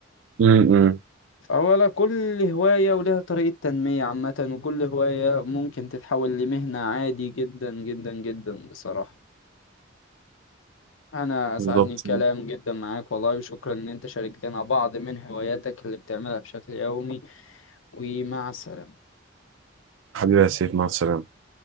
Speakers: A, on the right; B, on the left.
A: امم
B: اولا كل هوايه ولها طريقه تنميه عامه وكل هوايه ممكن تتحول لمهنه عادي جدا جدا جدا بصراحه أنا أسعدني
A: بالظبط
B: الكلام جدا معاك والله وشكرا إن أنت شاركتنا بعض من هواياتك اللي بتعملها بشكل يومي ومع السلامة.
A: حبيبي يا سيف مع السلامة